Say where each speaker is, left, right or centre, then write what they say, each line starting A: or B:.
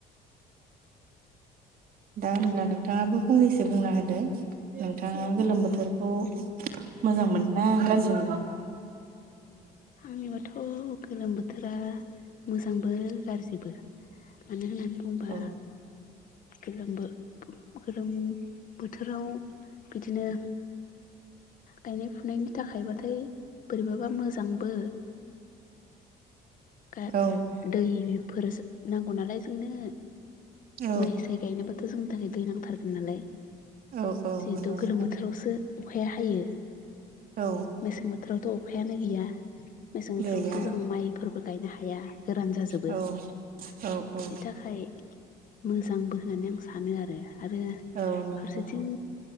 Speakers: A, on the right (about 60°); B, on the left (about 50°).
A: दा होमब्ला नोंथाङाबो फंनैसो बुंना होदो नोंथाङा गोलोम बोथोरखौ मोजां मोनोना गाज्रि मोनो
B: आंनिबाथ' गोलोम बोथोरा मोजांबो गाज्रिबो मानो होननानै बुंङोबा
A: औ
B: गोलोम गोलोम बोथोराव बिदिनो गायनाय फुनायनि थाखायबाथाय बोरैबाबा मोजां बो दै
A: औ
B: फोर नांगौ नालाय जोंनो
A: औ
B: माइ साय गायनोबो जोंनि थाखाय दै नांथारगोन नालाय
A: औ औ
B: जिहेथु
A: नंगौ
B: गोलोम
A: नोंथां
B: बोथोरावसो अखाया हायो।
A: औ
B: मेसें बोथोरावथ'अखायानो गैया। मेसें बोथोरावसो
A: गैया
B: जों माइफोरबो गायनो हाया गोरान जाजोबो।
A: औ औ
B: बेनि
A: औ।
B: थाखाय मोजांबो होननानै आं सानो आरो आरो
A: औ नंगौ
B: फारसेथिं